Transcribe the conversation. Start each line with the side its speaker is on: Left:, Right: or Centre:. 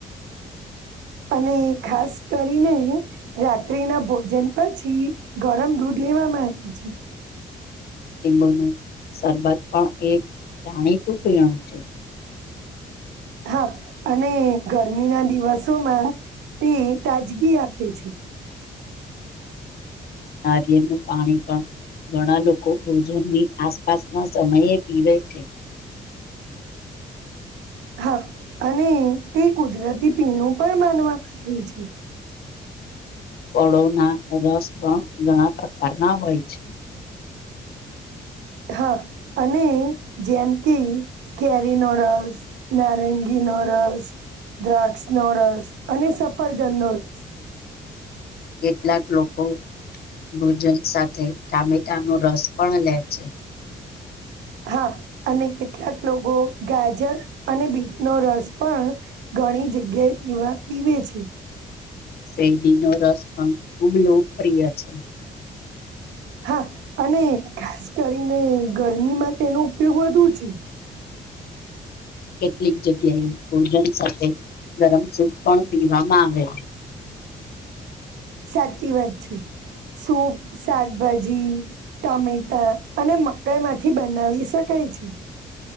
Right: અને ખાસ કરીને રાત્રિ ના ભોજન પછી ગરમ દૂધ દેવામાં આપી છે.
Left: <unintelligible> શરબત પણ એ જાણીતું પીણું છે.
Right: હા, અને ગરમી ના દિવસોમાં તે તાજગી આપે છે.
Left: નારિયેળનું પાણી પણ. ઘણા લોકો ભોજનની આસપાસના સમયે પીવે છે.
Right: હા, અને તે કુદરતી પીણું પણ માનવા આવે છે.
Left: ફળોના રસ પણ ઘણા પ્રકારના હોય છે.
Right: હા, અને જેમ કે કેરીનો રસ, નારંગી નો રસ, દ્રાક્ષ નો રસ અને સફરજન નો રસ.
Left: કેટલાક લોકો ભોજન સાથે ટામેટાનો રસ પણ લે છે.
Right: હા, અને કેટલાક લોકો ગાજર અને બીટ નો રસ પણ ઘણી જગ્યાએ પીવા પીવે છે.
Left: શેરડીનો રસ પણ ખૂબ લોકપ્રિય છે.
Right: હા, અને ખાસ કરીને ગરમીમાં તેનો ઉપયોગ વધુ છે.
Left: કેટલીક જગ્યાએ ભોજન સાથે ગરમ સૂપ પણ પીવામાં આવે છે.
Right: સાચી વાત છે. સૂપ, શાકભાજી, ટમેટા અને મકાઈ માંથી બનાવી શકાય. થાય છે.